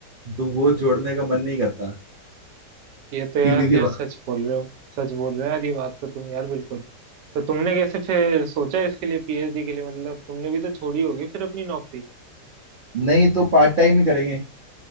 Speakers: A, on the right; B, on the right.
A: तो वो छोड़ने का मन नहीं करता
B: ये तो यार
A: सीधी सी
B: खैर
A: बात
B: सच बोल रहे हो सच बोल रहे हो यार ये बात तो तुम यार बिल्कुल तो तुमने कैसे फिर सोचा इसके लिए पीएचडी के लिए मतलब तुमने भी तो छोड़ी होगी फिर अपनी नौकरी
A: नहीं तो पार्ट टाइम ही करेंगे